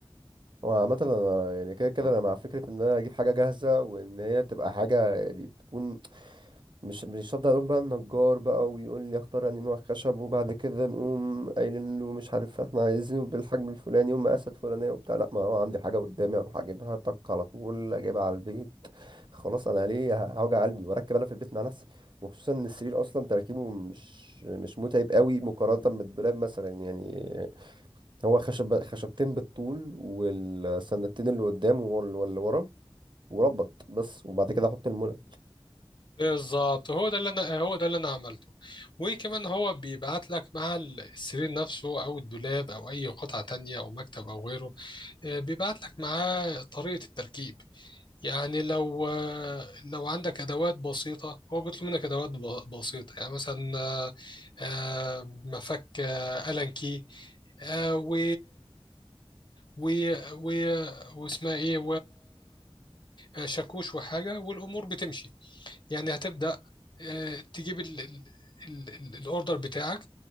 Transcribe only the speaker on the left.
بالظبط هو ده اللي انا هو ده اللي انا عملته وكمان هو بيبعت لك مع السرير نفسه او الدولاب او اي قطعه تانية او مكتب او غيره آه، بيبعت لك معاه طريقه التركيب يعني لو آه، لو عندك ادوات بسيطه هو بيطلب منك ادوات ب- بسيطه يعني مثلا آه، آه، مفك آه، الان كي آه، و و و واسمها ايه وشاكوش وحاجه والامور بتمشي يعني هتبدأ آه، تجيب ال- ال- ال- ال- الاوردر بتاعك